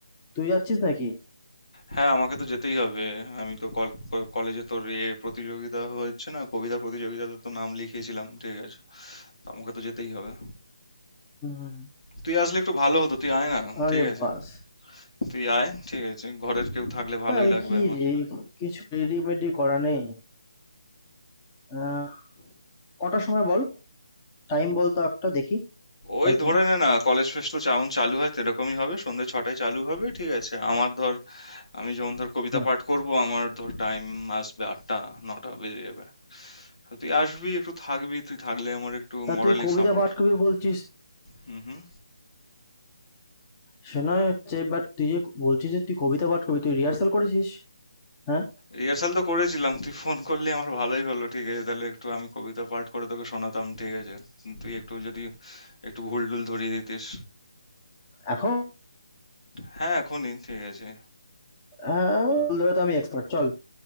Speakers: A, on the left; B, on the left.
A: তুই যাচ্ছিস নাকি
B: হ্যাঁ আমাকে তো যেতেই হবে আমি তো কল- ক- কলেজে তোর এ প্রতিযোগিতা হচ্ছে না কবিতা প্রতিযোগিতাতে তো নাম লিখিয়েছিলাম ঠিক আছে তো আমাকে তো যেতেই হবে
A: হুম,
B: তুই আসলে একটু ভালো হতো তুই আয় না
A: আরে
B: ঠিক আছে
A: বাস
B: তুই আয় ঠিক আছে ঘরের কেউ থাকলে ভালোই
A: ভাই আমি
B: লাগবে
A: কি
B: আমার
A: রে কিছু রেডিমেডি করা নেই আহ, কটার সময় বল টাইম বল তো একটা দেখি
B: ওই
A: হয় কিনা
B: ধরে নে না কলেজ ফেস্ট তো যেমন চালু হয় সেরকমই হবে সন্ধ্যে ছটায় চালু হবে ঠিক আছে আমার ধর আমি যেমন ধর কবিতা
A: হুম
B: পাঠ করব আমার ধর টাইম আসবে আটটা নটা বেজে যাবে তো তুই আসবি একটু থাকবি তুই থাকলে আমার একটু
A: তা
B: মরালি
A: তুই কবিতা
B: সাপোর্ট
A: পাঠ করবি বলছিস
B: হুম হুম
A: সে নয় হচ্ছে বাট তুই যে বলছিস যে তুই কবিতা পাঠ করবি তুই রিহার্সাল করেছিস হ্যাঁ
B: রিহার্সাল তো করেছিলাম তুই ফোন করলি আমার ভালোই হলো ঠিক আছে তাহলে একটু আমি কবিতা পাঠ করে তোকে শোনাতাম ঠিক আছে তুই একটু যদি একটু ভুল টুল ধরিয়ে দিতিস
A: এখন
B: হ্যাঁ এখনই ঠিক আছে
A: হ্যাঁ ভুল ধরাতে আমি এক্সপার্ট চল